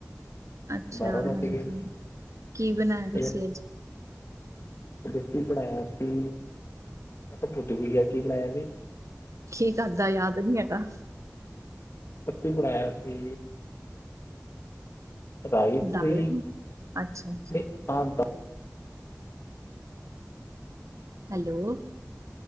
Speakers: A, on the right; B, on the left.
A: ਅੱਛਾ।
B: ਬਾਰਾਂ ਵੱਜ
A: ਹਾਂਜੀ
B: ਗਏ ਨੇ
A: ਕੀ ਬਣਾਇਆ ਤੁਸੀਂ
B: ਇਹ
A: ਅੱਜ?
B: ਦੇਸੀ ਬਣਾਇਆ ਸੀ। ਮੈਂ ਤੇ ਭੁੱਲ ਵੀ ਗਿਆ ਕੀ ਬਣਾਇਆ ਸੀ।
A: ਕੀ ਖਾਦਾ, ਯਾਦ ਨਹੀਂ ਹੈਗਾ।
B: ਅਸੀਂ ਬਣਾਇਆ ਸੀ। ਰਾਈਸ
A: ਦਾਲ
B: ਸੀ
A: ਅੱਛਾ।
B: ਤੇ ਆਮ ਦਾ
A: ਹੈਲੋ।